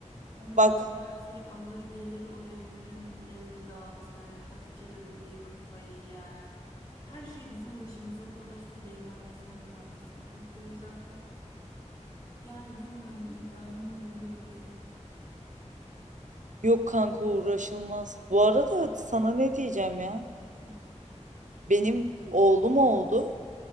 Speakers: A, on the left; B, on the right.
A: O Maserati'yi
B: Bak
A: alır gelir oraya piramitlere de dağıtır. Hatice de burada kafayı yer. Her şey bizim başımıza kalır. Süleyman resmen onun arkasını topluyor zaten. Yani bilmiyorum İbrahim'in yolu yol değil.
B: Yok kanka uğraşılmaz. Bu arada sana ne diyeceğim ya?
A: Hı,
B: Benim oğlum oldu